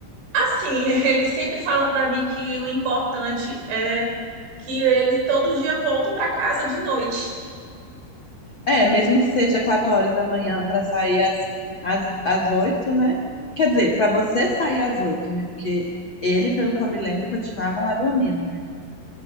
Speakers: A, on the right; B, on the left.
A: Assim, <laughs> ele sempre fala para mim que o importante é que ele todo dia volta para casa de noite.
B: É, mesmo que seja quatro horas da manhã para sair às, às, às 8, né? Quer dizer, para você sair às oito, né? Porque ele, pelo que eu me lembro, continuava lá dormindo.